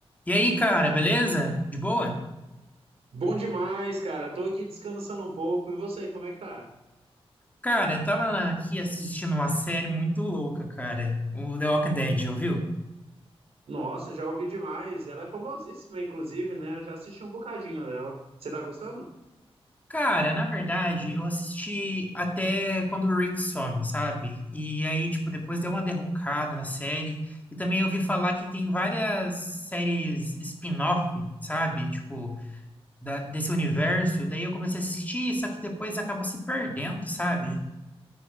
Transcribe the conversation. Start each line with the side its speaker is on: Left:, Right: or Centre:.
Left: E aí, cara, beleza? De boa?
Right: Bom demais, cara. Tô aqui descansando um pouco. E você, como é que tá?
Left: Cara, eu tava aqui assistindo uma série muito louca, cara. O The Walking Dead, ouviu?
Right: Nossa, já ouvi demais. Ela é famosíssima, inclusive, né? Eu já assisti um bocadinho dela. Você tá gostando?
Left: Cara, na verdade, eu assisti até quando o Rick some, sabe? E aí, tipo, depois deu uma derrocada na série. E também eu ouvi falar que tem várias séries spin-off, sabe? Tipo, da- desse universo. Daí eu comecei a assistir, só que depois acabou se perdendo, sabe?